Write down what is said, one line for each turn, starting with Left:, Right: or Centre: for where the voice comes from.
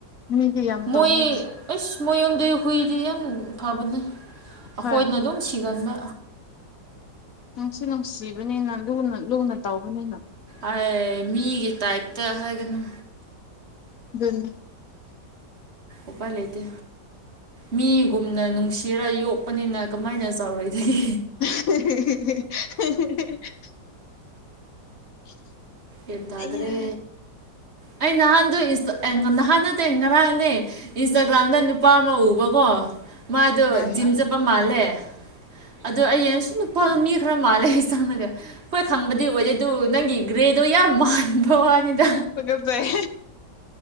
Left: ꯃꯤꯗꯤ ꯌꯥꯝ
Right: ꯃꯣꯏ
Left: ꯇꯣꯡꯉꯤꯅꯦ
Right: ꯑꯦꯁ ꯃꯣꯏ ꯌꯨꯝꯗꯤ ꯍꯨꯏꯗꯤ ꯌꯥꯝ ꯐꯕꯅꯦ ꯑꯩꯈꯣꯏꯅ
Left: ꯍꯣꯏ
Right: ꯑꯗꯨꯝ ꯁꯤꯒꯟꯕ꯫
Left: ꯅꯨꯡꯁꯨ ꯅꯨꯡꯁꯤꯕꯅꯤꯅ ꯂꯨꯅ ꯂꯨꯅ ꯇꯥꯎꯧꯕꯅꯤꯅ꯫
Right: ꯑꯥꯏ ꯃꯤꯒꯤ ꯇꯥꯏꯞꯇ ꯍꯥꯏꯒꯅꯨ꯫
Left: ꯗꯨꯅꯤ꯫
Right: ꯎꯄꯥꯏ ꯂꯩꯇꯦ꯫ ꯃꯤꯒꯨꯝꯅ ꯅꯨꯡꯁꯤꯔ ꯌꯣꯛꯄꯅꯤꯅ ꯀꯃꯥꯏꯅ ꯆꯥꯎꯔꯣꯏꯗꯒꯦ꯫
Left: <unintelligible> <unintelligible>
Right: ꯑꯦꯟ ꯇꯥꯗ꯭ꯔꯦ
Left: ꯑꯌꯥ
Right: ꯑꯩ ꯅꯍꯥꯟꯗꯨ ꯏꯟꯁꯇ ꯑꯦ ꯅꯍꯥꯟ ꯅꯠꯇꯦ ꯉꯔꯥꯡꯅꯦ ꯏꯟꯁꯇꯥꯒ꯭ꯔꯥꯝꯗ ꯅꯨꯄꯥ ꯑꯃ ꯎꯕꯀꯣ꯫ ꯃꯥꯗꯣ
Left: ꯃꯥꯅ
Right: ꯖꯤꯝ ꯆꯠꯄ ꯃꯥꯜꯂꯦ ꯑ ꯑꯗꯣ ꯑꯩ ꯑꯁꯤ ꯅꯨꯄꯥꯗ ꯃꯤ ꯈꯔ ꯃꯥꯜꯂꯦ ꯆꯪꯔꯒ ꯍꯣꯏ ꯈꯪꯕꯗꯤ ꯑꯣꯏꯗꯦ ꯑꯗꯨ ꯅꯪꯒꯤ ꯒ꯭ꯔꯦ ꯑꯗꯨ ꯌꯥꯝ ꯃꯥꯟꯕ ꯋꯥꯅꯤꯗ꯫
Left: ꯇꯨꯀꯠꯆꯩ